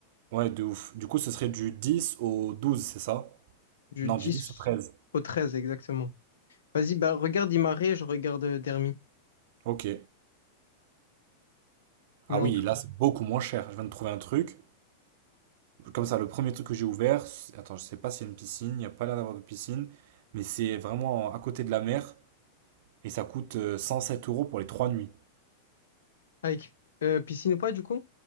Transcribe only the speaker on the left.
Du
dix
au treize exactement. Vas-y, bah, regarde Imare, je regarde euh, Dermi.
Mais
en
tout.
Avec euh, piscine ou pas, du coup?